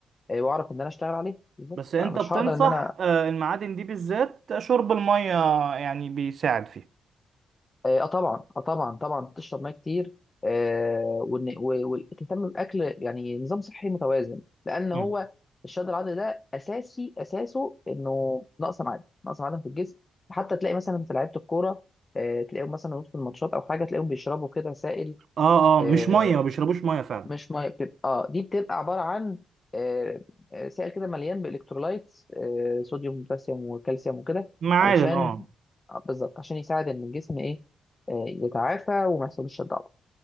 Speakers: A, on the left; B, on the right.
A: آه، واعرف ان انا اشتغل عليها بالظبط
B: بس انت
A: فمش
B: بتنصح
A: هقدر ان انا
B: آه، المعادن دي بالذات شرب المية يعني بيساعد فيها
A: اه آه، طبعا اه طبعا طبعا تشرب ميه كتير آه، وإن- و- وتهتم باكل يعني نظام صحي متوازن لان
B: مم.
A: هو الشد العضلي ده اساسي اساسه انه نقص معادن نقص معادن في الجسم حتى تلاقي مثلا في لعيبه الكوره آه، تلاقيهم مثلا وسط الماتشات او حاجه تلاقيهم بيشربوا كده سائل
B: اه اه
A: آه،
B: مش مية ما بيشربوش مية فعلا
A: مش ميه بتبقى اه دي بتبقى عباره عن آه، آه، سائل كده مليان بالكترولايتس آه، صوديوم وبوتاسيوم وكالسيوم وكده
B: معادن
A: علشان
B: اه
A: آه، بالظبط عشان يساعد ان الجسم ايه آه، يتعافى وما يحصلش الضعف